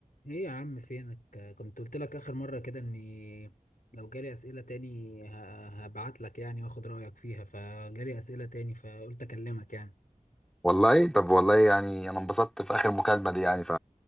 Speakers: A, on the left; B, in the centre.
A: ايه يا عم فينك كنت قلت لك اخر مرة كده اني لو جالي اسئلة تاني ه- هبعت لك يعني واخد رأيك فيها فجالي اسئلة تاني فقلت اكلمك يعني
B: والله طب والله يعني انا انبسطت في اخر مكالمه دي يعني ف